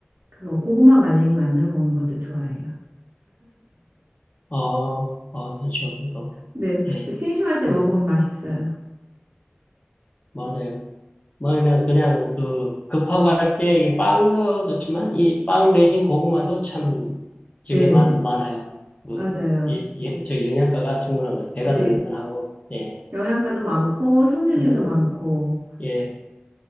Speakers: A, on the right; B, on the left.
A: 그거 고구마 말랭이 만들어 먹는 것도 좋아해요.
B: 아, 아, 좋죠, 그것도.
A: 네,
B: 예,
A: 그 심심할 때
B: 그,
A: 먹으면 맛있어요.
B: 맞아요. 뭐, 그냥, 그냥, 그, 급하고 할 때 이 빵도 좋지만, 이 빵 대신 고구마도 참, 저게
A: 네,
B: 많, 많아요. 그,
A: 맞아요.
B: 예, 예, 저 영양가가 충분한 거예요. 배가
A: 네,
B: 든든하고, 예.
A: 영양가도 많고 섬유질도
B: 그 다음에,
A: 많고.
B: 예,